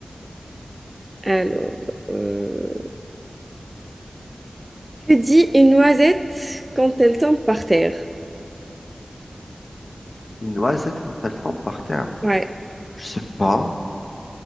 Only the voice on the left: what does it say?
noisette quand elle tombe par terre.
Je sais pas.